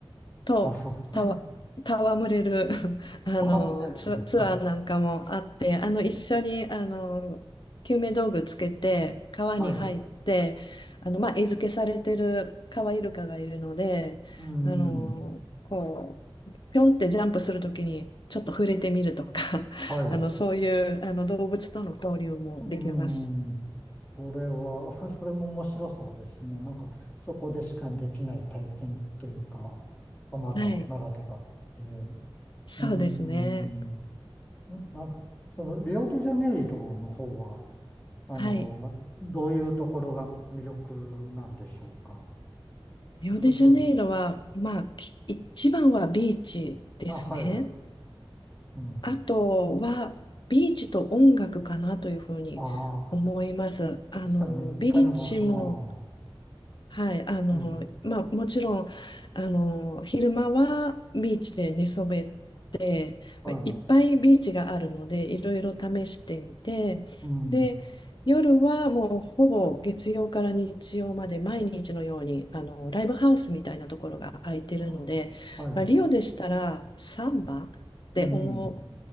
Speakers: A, on the left; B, on the left.
A: とたわ、
B: あ、そう。
A: 戯れる <laughs> あのツ、
B: パーモデルですか。
A: ツアーなんかもあってあの一緒にあの救命道具つけて川に入ってあの、
B: はい。
A: まあ、餌付けされてるカワイルカがいるのであのこうぴょんってジャンプするときにちょっと触れてみるとか
B: うん。はい。
A: <laughs> あのそういうあの動物との交流もできます。
B: うん。これは、<laughs> それも面白そうですね。なんか、そこでしかできない体験というか、アマゾンならではっていう。
A: はい、そうですね。
B: うん。ななんか、その、リオデジャネイロの方は、あの、
A: はい
B: どういうところが魅力なんでしょうか。
A: リオデジャネイロは、
B: 普通に。
A: まあ、き一番はビーチですね。
B: あ、はい。うん。
A: あとは、ビーチと音楽かなというふうに思います。
B: ああ、
A: あの、
B: 確かに、
A: ビーチも
B: いかにも、
A: はい、あの、
B: ああ、はい、
A: まあ、もちろん、あの、昼間はビーチで寝そべって、
B: はい、
A: まあいっぱいビーチがあるので、いろいろ試してみて、
B: うん、
A: で、夜はもうほぼ月曜から日曜まで毎日のように、あの、ライブハウスみたいなところが空いてるので、
B: あはい、
A: まあ、リオでしたらサンバって思
B: うん、